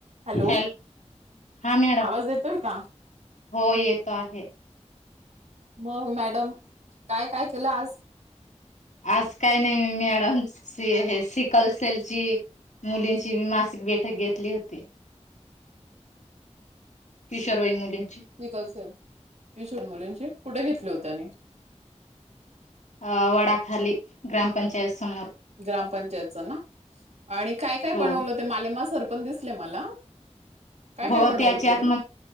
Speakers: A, on the right; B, on the left.
A: Hello
B: hello हा madam
A: आवाज येतोय का
B: हो येत आहे
A: मग मॅडम काय काय केलं आज
B: आज काही नाही मी अन हे सिकल असेलची मुलींची मी मासिक बैठक घेतली होती किशोरवईन मुली
A: िकल कशोर मुलींची कुठे घेतली होते अणि
B: अ वडाखाली ग्रामपंचायत समोर
A: ग्रामपंचायतच ना आणि काय काय
B: हो
A: पनवलं ते माले मा सर पण दिसले मला काय
B: हो
A: काय बनवलं
B: त्याच्यात
A: तुम्ही